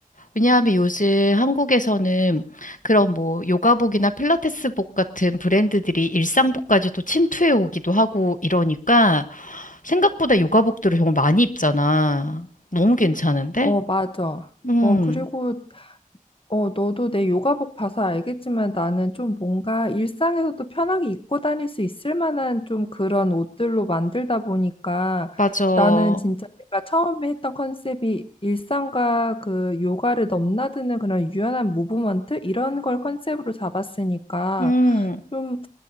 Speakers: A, on the left; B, on the left.
A: 왜냐하면 요즘 한국에서는 그런 뭐 요가복이나 필라테스복 같은 브랜드들이 일상복까지도 침투해 오기도 하고 이러니까 생각보다 요가복들을 정말 많이 입잖아. 너무 괜찮은데?
B: 어, 맞아.
A: 음,
B: 어, 그리고, 어, 너도 내 요가복 봐서 알겠지만 나는 좀 뭔가 일상에서도 편하게 입고 다닐 수 있을 만한 좀 그런 옷들로 만들다 보니까
A: 맞아.
B: 나는 진짜 내가 처음에 했던 컨셉이 일상과 그 요가를 넘나드는 그런 유연한 무브먼트? 이런 걸 컨셉으로 잡았으니까
A: 음,
B: 좀